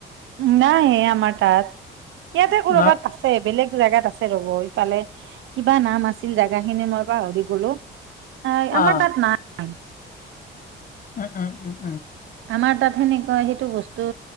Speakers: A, on the right; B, on the left.
A: নাই আমাৰতাত। ইয়াতে কৰ'বাত
B: নাই
A: আছে, বেলেগ জেগাত আছে ৰব, ইফালে কিবা নাম আছিল জেগা খিনি মই পাহৰিছোঁ ৰু। অ আমাৰ
B: অ
A: তাত নাই।
B: উ-উ-উ।
A: আমাৰ তাত সেনেকুৱা সেই টো বস্তু